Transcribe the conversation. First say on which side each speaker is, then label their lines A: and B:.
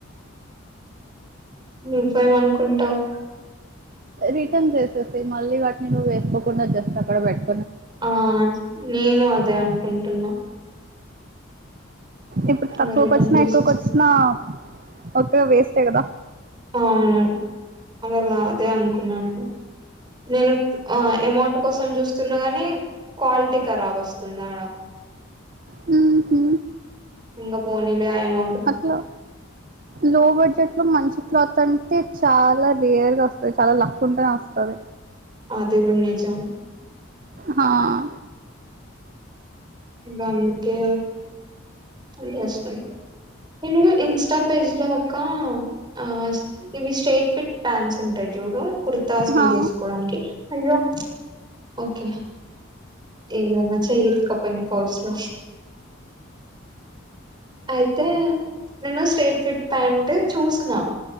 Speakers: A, on the right; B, on the right.
A: నువ్వేం అనుకుంటావ్
B: రిటర్న్ చేసేసి మళ్ళీ వాటిని నువ్వు వేసుకోకుండా జస్ట్ అక్కడ పెట్
A: ఆ నేను అదే అనుకుంటున్నా
B: ఇప్పుడు
A: ఇంగ
B: తక్కువకు
A: రిటర్న్
B: వచ్చినా
A: చేసేస్తే
B: ఎక్కువకి వచ్చినా కొత్తగా వేస్టే కద
A: అవును అనేల అదే అనుకున్నానండి. నేను ఆ అమౌంట్ కోసం చూస్తున్నా గని క్వాలిటీ కరాబ్ వస్తుంది ఆడ
B: హ్మ్ హు
A: ఇంగ పోనీలే ఏమో
B: అట్లా లో బడ్జెట్ లో మంచి క్లాత్ అం అయితే చాలా రేర్ గా వస్తది చాలా లక్ ఉంటేనే వస్తది
A: అదిగుడ్నిజం
B: హాఁ
A: గందుకే అంటే ఇష్టం నేను ఇన్స్టా పేజ్ లో ఒక ఆ ఇవి స్టేట్ పెట్టాల్సి ఉంటది. చూడు కుర్తాస్
B: హా
A: మీద ఎసుకోవడానికి అయ్యో ఓకే ఇందుల నా చేయి ఇరక్క పోయింది పౌచ్ ల అయితే నేను స్టేట్ ఫిట్ ప్యాంట్ చూసిన